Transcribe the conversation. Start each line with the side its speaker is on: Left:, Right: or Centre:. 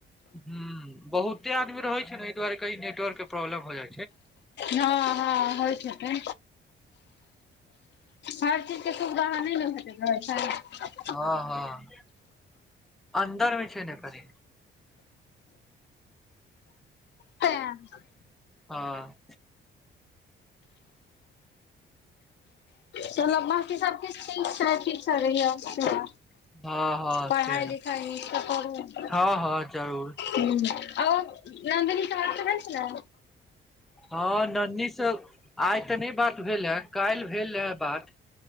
Centre: हूं बहुते आदमी रहैत छै ने एहि दुआरे कही नेटवर प्रोब्लम हो जाइत
Left: हँ हँ होइत हेतै हर चीज के सुविधा ने ने हेतै हमरा अखेन
Centre: हँ हँ अन्दरमे छै ने कभी
Left: तेँ
Centre: हँ
Left: चलब बांकी सबकिछु ठीक छै ठीक सँ रहिह सैह
Centre: हँ हँ
Left: पढ़ाइ
Centre: से
Left: लिखाइ निक सँ करू
Centre: हँ हँ जरूर
Left: ह आओ नन्दनी सर छै ने
Centre: हँ ननी से आइ ते नहि बात भेल हे काल्हि भेल ह बात